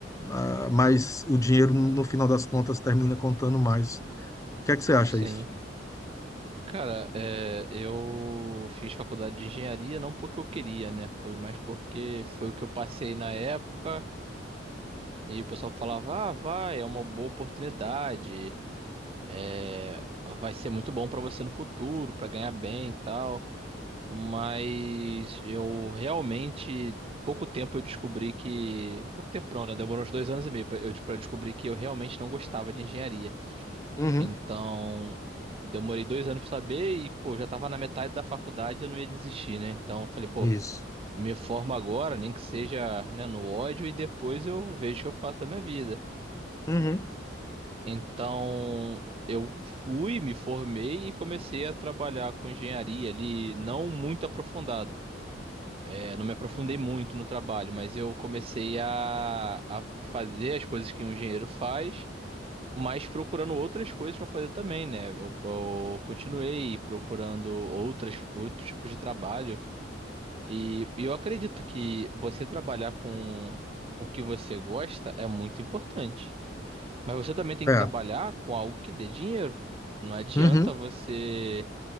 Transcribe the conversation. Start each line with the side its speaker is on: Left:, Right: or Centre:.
Left: ah, mas o dinheiro, no final das contas, termina contando mais. O que é que você acha
Right: Sim.
Left: disso?
Right: Cara, é, eu fiz faculdade de engenharia não porque eu queria, né? Foi mais porque foi o que eu passei na época e o pessoal falava: ah, vai, é uma boa oportunidade, é, vai ser muito bom pra você no futuro, pra ganhar bem e tal. Mas eu realmente, em pouco tempo eu descobri que. Pouco tempo não, né? Demorou uns dois anos e meio pra eu pra eu descobrir que eu realmente não gostava de engenharia.
Left: Uhum.
Right: Então, demorei dois anos pra saber e, pô, já tava na metade da faculdade, eu não ia desistir, né? Então, eu falei, pô,
Left: Isso.
Right: me formo agora, nem que seja, né, no ódio e depois eu vejo o que eu faço da minha vida.
Left: Uhum.
Right: Então, eu fui, me formei e comecei a trabalhar com engenharia ali, não muito aprofundado. É, não me aprofundei muito no trabalho, mas eu comecei a, a fazer as coisas que um engenheiro faz mas procurando outras coisas para fazer também, né? Eu, eu continuei procurando outras, outros tipos de trabalho. E, e eu acredito que você trabalhar com, com o que você gosta é muito importante. Mas você também tem
Left: É.
Right: que trabalhar com algo que dê dinheiro. Não adianta
Left: Uhum.
Right: você